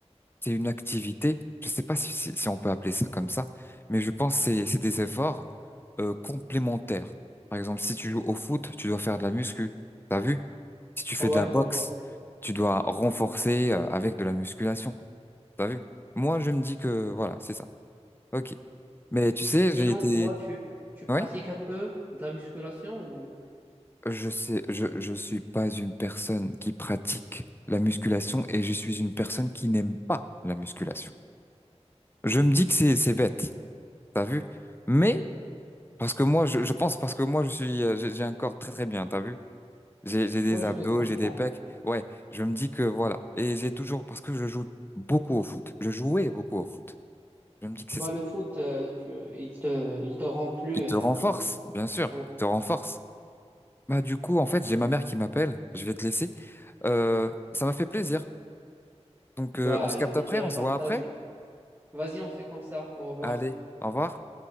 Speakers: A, on the left; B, on the right.
A: c'est une activité. Je ne sais pas si, si, si on peut appeler ça comme ça, mais je pense que c'est c'est des efforts euh, complémentaires. Par exemple, si tu joues au foot, tu dois faire de la muscu. T'as vu? Si tu fais
B: Ouais,
A: de la boxe,
B: je vois.
A: tu dois renforcer euh, avec de la musculation. T'as vu? Moi, je me dis que voilà, c'est ça. Ok. Mais tu sais, j'ai
B: Sinon,
A: été.
B: toi, tu, tu pratiques
A: Oui,
B: un peu de la musculation ou...
A: je sais, je je suis pas une personne qui pratique la musculation et je suis une personne qui n'aime pas la musculation. Je me dis que c'est c'est bête. T'as vu? Mais Parce que moi, je, je pense parce que moi, je suis, euh, j'ai j'ai un corps très très bien, t'as vu? J'ai j'ai des
B: Ouais, je
A: abdos,
B: te comprends.
A: j'ai des pecs. Ouais, je me dis que voilà. Et j'ai toujours, parce que je joue beaucoup au foot. Je jouais beaucoup au foot. Je me dis que c'est
B: Bah,
A: ça.
B: le foot, euh, tu- il te, il te rend plus.
A: Il te
B: euh,
A: renforce, bien sûr.
B: ouais.
A: Il te renforce. Bah, du coup, en fait, j'ai ma mère qui m'appelle. Je vais te laisser. Euh, ça m'a fait plaisir. Donc,
B: Bah,
A: euh, on se
B: le
A: capte
B: plaisir
A: après, on
B: est
A: se
B: partagé.
A: voit après.
B: Vas-y, on fait comme ça. Au revoir.
A: Allez, au revoir.